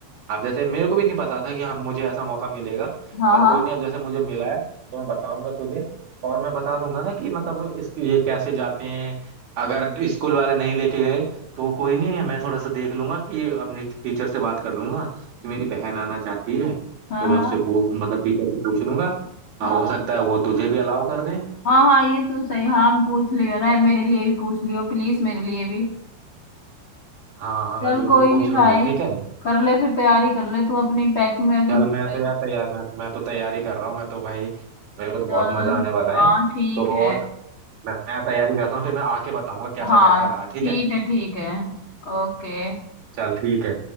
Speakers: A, on the right; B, on the left.
A: आप जैसे मेरे को भी नहीं पता था कि हम मुझे ऐसा मौका मिलेगा
B: हाँ
A: पर
B: हाँ
A: कोई नहीं अब जैसे मुझे मिला है तो मैं बताऊंगा तुझे और मैं बता दूंगा ना कि मतलब इस ये कैसे जाते हैं अगर स्कूल वाले नहीं लेके गए तो कोई नहीं है मैं थोड़ा सा देख लूंगा कि अपनी टीचर से बात कर लूंगा कि मेरी बहन आना चाहती है
B: हाँ
A: तो मैं उससे पू- मतलब टीचर से पूछ लूंगा
B: हाँ
A: हाँ, हो
B: हाँ
A: सकता है वो तुझे भी अलाउ कर दें
B: हाँ हाँ ये तो सही हाँ पूछ लियो ना मेरे लिए भी पूछ लियो प्लीज मेरे लिए भी
A: हाँ हाँ
B: चल
A: मैं बिल्कुल
B: कोई
A: पूछ
B: नहीं भाई
A: लूंगा ठीक है
B: कर ले फिर तैयारी कर ले तू अपनी पैकिंग वैकिंग
A: चल
B: कर
A: मैं तो
B: ले।
A: यार तैयार मैं मैं तो तैयारी कर रहा हूँ मैं तो भाई मेरे को तो बहुत
B: चल
A: मजा आने वाला
B: हाँ
A: है तो
B: ठीक है
A: मैं मैं तैयारी करता हूँ फिर मैं आके बताऊंगा कैसा
B: हाँ
A: कैसा रहा
B: ठीक
A: ठीक है
B: है ठीक है ओके
A: चल ठीक है